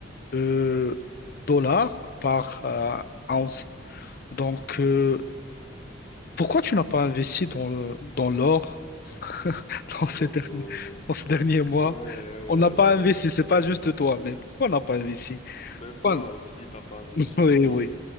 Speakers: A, on the left; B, on the left.
A: euh, dollars par euh, ounce. Donc, euh, Pourquoi tu n'as pas investi dans le, dans l'or <laughs> dans
B: Alors,
A: ces derniers,
B: euh,
A: dans ces derniers mois?
B: ouais, ouais,
A: On n'a
B: alors,
A: pas investi,
B: euh,
A: c'est pas juste toi, mais pourquoi on n'a pas investi?
B: même
A: Pourquoi...
B: toi
A: <laughs>
B: aussi, t'as pas investi,
A: Oui,
B: du coup.
A: oui.